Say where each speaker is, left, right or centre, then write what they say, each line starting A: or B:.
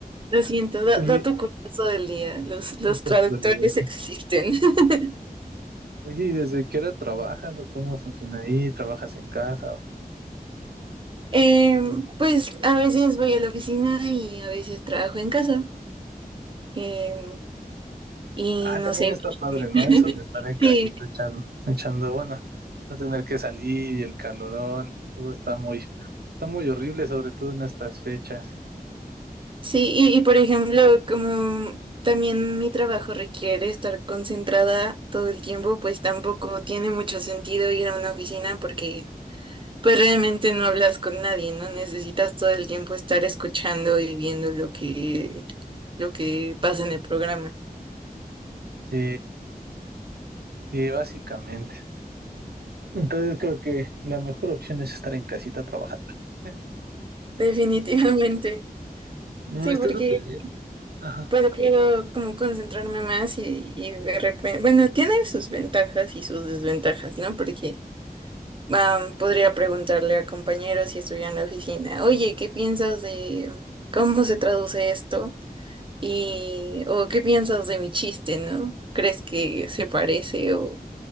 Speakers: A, on the right; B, on the right.
A: Lo siento, da-
B: Oye,
A: dato curioso del día. Los, los
B: no te
A: traductores
B: olvides.
A: existen. <laughs>
B: Oye, ¿y desde qué hora trabajas o cómo funciona ahí? ¿Trabajas en casa?
A: Em, pues a veces voy a la oficina y a veces trabajo en casa. Em, y
B: Ah,
A: no
B: también
A: sé.
B: está
A: <laughs>
B: padre, ¿no? Eso de estar en casita
A: Sí,
B: echando, echando, bueno, no tener que salir y el calorón, todo está muy, está muy horrible, sobre todo en estas fechas.
A: sí, y, y por ejemplo, como también mi trabajo requiere estar concentrada todo el tiempo, pues tampoco tiene mucho sentido ir a una oficina porque Pues realmente no hablas con nadie, ¿no? Necesitas todo el tiempo estar escuchando y viendo lo que, lo que pasa en el programa.
B: Sí, sí, básicamente. Entonces creo que la mejor opción es estar en casita trabajando. <laughs>
A: Definitivamente.
B: No,
A: Sí,
B: está
A: porque
B: súper bien. Ajá.
A: puedo, quiero como concentrarme más y, y de repente, bueno, tiene sus ventajas y sus desventajas, ¿no? Porque ah, podría preguntarle a compañeros si estuviera en la oficina, oye, ¿qué piensas de cómo se traduce esto? Y, o ¿qué piensas de mi chiste, ¿no? ¿Crees que se parece o...